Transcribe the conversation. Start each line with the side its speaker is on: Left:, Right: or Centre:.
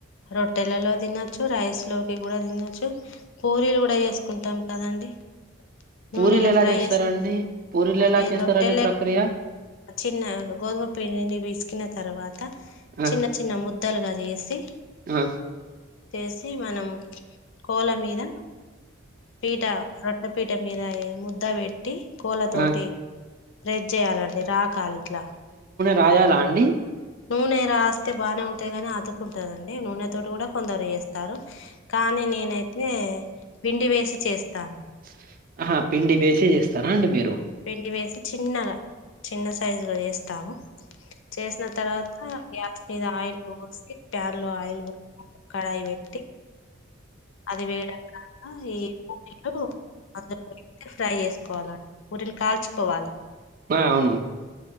Left: రొట్టెలలో తినొచ్చు రైస్ లోకి కూడా తినొచ్చు పూరీలు కూడా ఏసుకుంటాం కదండి నూనెల
Right: పూరీలు ఎలా
Left: ఫ్రై
Right: చేస్తారండి
Left: చేస్
Right: పూరీలు
Left: అదే
Right: ఎలా చేస్తారండి
Left: రొట్టె
Right: ప్రక్రియ
Left: చిన్న గోధుమ పిండిని బిస్ కిన తర్వాత
Right: ఆ
Left: చిన్న చిన్న ముద్ద ద్దలుగా చేసి
Right: ఆ
Left: చేసి మనం కోల మీద పీఠ రొట్ట పీఠ మీద య ముద్ద పేట్ టి కోళ్ళ తోటి
Right: ఆ
Left: రెజ చేయాలండి రాకాల ఇట్లా
Right: రాయాల అండి
Left: నూనె రాస్తే బాగానే ఉంటది గాని అతుకుంటుందండి నూనె తోటి కూడా కొందరు చేస్తారు కానీ నేనైతే
Right: పిండి
Left: వేసి
Right: వేస్
Left: చేస్తాను
Right: చేస్తా ఆహా పిండి వేసి చేస్తారా అండి మీరు
Left: పిండి వేసి చిన్నగా చిన్న సైజు లో చేస్తాము చేసిన తర్వాత గ్యాస్ మీద ఆయిల్ పోసి ప్యాన్ లో ఆయిల్ పో కడాయి పెట్టి అది వేయడప్పుడ ఈ పూనీలు అందు వే ఫ్రై చేసుకోవాల ఊరిలు కాల్చుకోవాలి
Right: మే అవును